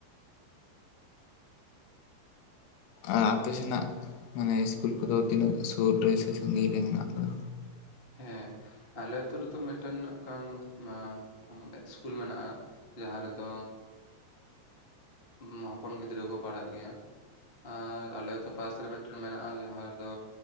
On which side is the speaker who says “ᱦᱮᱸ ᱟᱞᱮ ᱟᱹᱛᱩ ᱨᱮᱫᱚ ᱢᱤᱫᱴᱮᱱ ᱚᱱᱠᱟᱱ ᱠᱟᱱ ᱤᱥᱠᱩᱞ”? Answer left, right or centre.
Left